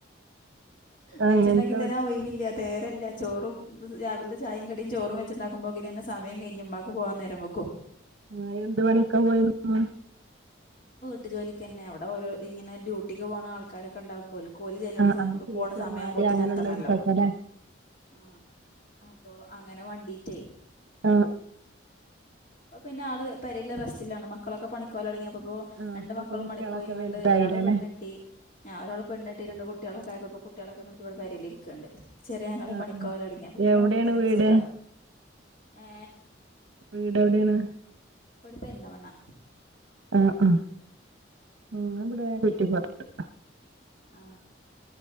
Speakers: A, on the left; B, on the right.
A: വെച്ച്ണ്ടാക്കി
B: അങ്ങനത്തെ
A: തരാൻ ഒയിവില്ല്യാ തേരല്ല ചോറും <unintelligible> രാവിലത്തെ ചായിം കടിം ചോറും വെച്ചുണ്ടാകുമ്പോക്കെന്നെ സമയം കഴിഞ്ഞ് മ്മാക്ക് പോവാൻ നേരം വെകും
B: ആ എന്ത് പണിക്കാ പോയിനുമ്മ
A: ട്ട്ജോലികന്നെ എവിടെ ഓരോ ഇങ്ങനെ ഡ്യൂട്ടിക്ക് പോണ ആൾക്കാരൊക്കെ ക്കെണ്ടാക്കും ഓല്ക് ഓൽ ചെല്ല്ണ
B: ആഹ്
A: സമയ
B: ആഹ് ടീച്ചർമാര്
A: പോണ സമയ ആവുമ്പോത്തിനെത്തണല്ലോ
B: അങ്ങനെയുള്ളവർക്കൊക്കെ അല്ലേ
A: ആ അപ്പൊ അങ്ങനെ മണ്ടീട്ടേ
B: ആ
A: അപ്പൊ പിന്നെ ആള് പെരീല് റെസ്റ്റിലാണ് മക്കളൊക്കെ പണിക്കോലടങ്ങിയപ്പോ പ്പോ
B: ആഹ്
A: രണ്ട്
B: ഇപ്പൊക്കെ
A: മക്കളും
B: കുട്ടികളൊക്കെ
A: മണിക്കോയിങ്ങാണ്ട്
B: വലുതായില്ലല്ലേ
A: ഒരാൾ പെണ്ണെട്ടി ഞ ഒരാൾ പെണ്ണെട്ടി രണ്ട് കുട്ട കുട്ടിയാളൊക്കെയപ്പോ കുട്ടിയാളൊക്കെ നോക്കി ഇവടെ പരീലിരിക്ക്ണ്ട് ചെറിയാങ്ങളിം
B: ആഹ്
A: പണിക്കോലടങ്ങി അപ്പൊ പിന്നെ
B: എവിടെയാണ്
A: മൂപ്പത്തിയാര്ക്ക്
B: വീട്
A: സുഖാ ഏ
B: വീട് എവിടെയാണ്
A: ഇവിട്പെരിന്തമണ്ണ
B: അ ആ ങ്ങവുടെ കുറ്റിപ്പൊറത്ത്
A: ആ